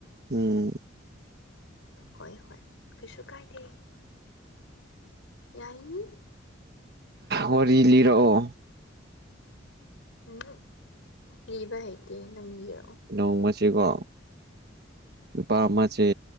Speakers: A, on the right; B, on the left.
A: ꯎꯝ
B: ꯍꯣꯏ ꯍꯣꯏ ꯀꯩꯁꯨ ꯀꯥꯏꯗꯦ ꯌꯥꯏꯅꯤ
A: ꯋꯥꯔꯤ ꯂꯤꯔꯛꯑꯣ
B: ꯎꯝ ꯂꯤꯕ ꯍꯩꯇꯦ ꯅꯪ ꯂꯤꯔꯣ
A: ꯅꯣꯡꯃꯁꯤꯀꯣ ꯅꯨꯨꯄꯥ ꯑꯃꯁꯦ